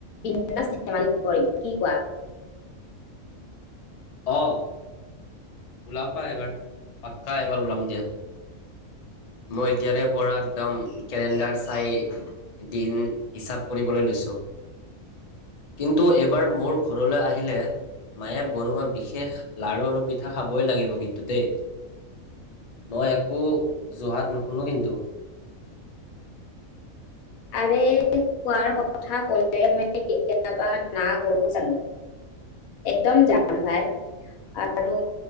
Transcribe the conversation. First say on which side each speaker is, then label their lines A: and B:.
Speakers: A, on the left; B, on the left.
A: বিন্দাছ ধেমালি কৰিম। কি কোৱা?
B: অ' ওলাবা এইবাৰ, পাক্কা এইবাৰ ওলাম দিয়া। মই এতিয়াৰে পৰা একদম কেলেণ্ডাৰ চাই দিন হিচাপ কৰিবলৈ লৈছো, কিন্তু এইবাৰ মোৰ ঘৰলৈ আহিলে মায়ে বনোৱা বিশেষ লাৰু আৰু পিঠা পিঠা খাবই লাগিব কিন্তু দেই। মই একো অজহাত নুশুনো কিন্তু।
A: আৰে খোৱাৰ কথা ক'লে মই কেতিয়াবা নাখাওঁ কওঁ জানো। একদম যাম ভাই আৰু